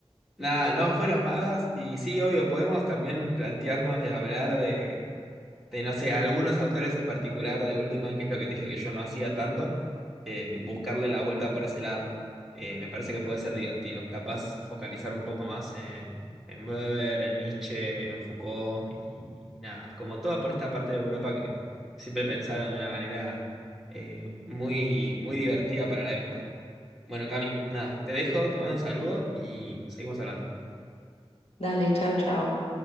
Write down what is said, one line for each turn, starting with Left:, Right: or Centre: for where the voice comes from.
Centre: Nada, no fueron vagas y sí, obvio, podemos también plantearnos de hablar de... de, no sé, algunos autores en particular, de última, que es lo que te dije que yo no hacía tanto, eh, buscarle la vuelta por ese lado. Eh, me parece que puede ser divertido. Capaz focalizar un poco más en, en Weber, en Nietzsche, en Foucault y, y nada, como toda por esta parte de Europa que siempre pensaron de una manera eh, muy, muy divertida para la época. Bueno, Cami, nada, te dejo, te mando un saludo y seguimos hablando.
Left: Dale, chao, chao.